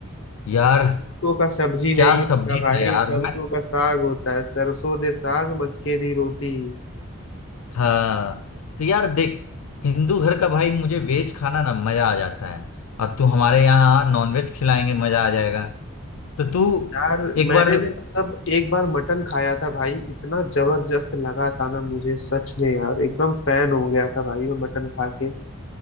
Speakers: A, on the left; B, on the left.
A: यार
B: सरसों का सब्जी नहीं
A: क्या
B: होता
A: सब्जी
B: भाई
A: था यार
B: सरसों
A: मैं
B: का साग होता है सरसों दे साग मक्के दी रोटी
A: हाँ तो यार देख हिंदू घर का भाई मुझे वेज खाना ना मजा आ जाता है और तू हमारे यहाँ नॉनवेज खिलाएंगे मजा आ जाएगा तो तू
B: यार
A: एक
B: मैंने
A: बार
B: ना मतलब एक बार मटन खाया था भाई इतना जबरदस्त लगा था ना मुझे सच में यार एकदम फैन हो गया था भाई मैं मटन खा के